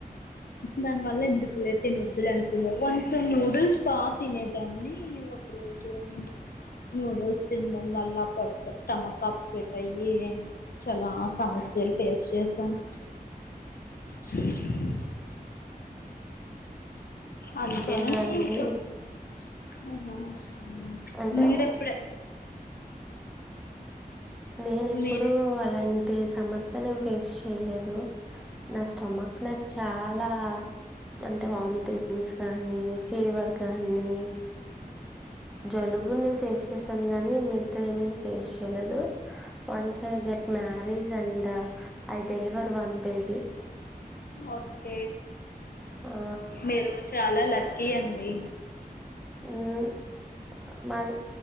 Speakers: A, on the left; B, in the centre.
A: దానివల్ల ఎందుకులే తినొద్దులే అనుకున్నారు వన్ సమ్ నూడిల్స్ బా తినేదాన్ని తిని ఒకరోజు నూడిల్స్ తినడం వల్ల పొట్ట స్టమక్ అప్సెట్ అయ్యి చాలా సమస్యలు ఫేస్ చేసాను చే <unintelligible> అంతేనండి
B: అవునా అండి
A: ఇంకా <unintelligible>
B: అంటే
A: మీరేప్పుడే
B: నేను ఎప్పుడు
A: మీరే
B: అలాంటి సమస్య నేను ఫేస్ చేయలేదు నా స్టమక్ నాకు చాలా అంటే వామిటింగ్స్ గానీ ఫీవర్ గానీ జలుబు నేను ఫేస్ చేసాను గాని మిగతా ఏమ ఫేస్ చేయలేదు once I get marriage and I deliver one baby
A: okay
B: ఆ
A: మీరు చాలా లక్కీ అండి
B: హ్మ్ మళ్లీ